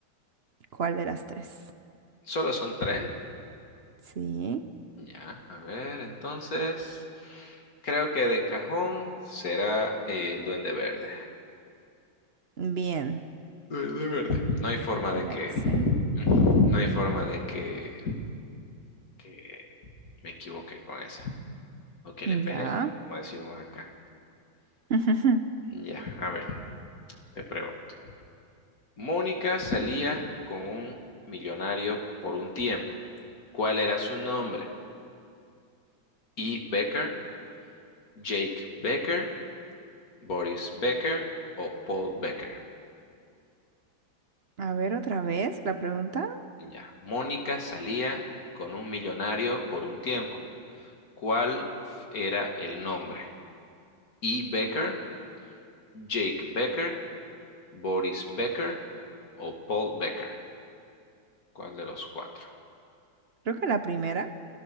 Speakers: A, on the right; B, on the left.
A: ¿cuál de las tres?
B: ¿Solo son tres?
A: Sí,
B: Ya, a ver, entonces. Creo que de cajón será el Duende Verde.
A: bien,
B: Duende Verde. No hay forma
A: era
B: de que.
A: ese.
B: Ujú. No hay forma de que, que me equivoque con esa. O que le pele,
A: Ya.
B: como decimos acá.
A: <laughs>
B: Ya, a ver, te pregunto. Mónica salía con un millonario por un tiempo. ¿Cuál era su nombre? ¿E. Becker, Jake Becker, Boris Becker o Paul Becker?
A: A ver otra vez la pregunta.
B: Ya, Mónica salía con un millonario por un tiempo. ¿Cuál f- era el nombre? ¿E. Becker, Jake Becker, Boris Becker o Paul Becker? ¿Cuál de los cuatro?
A: Creo que la primera.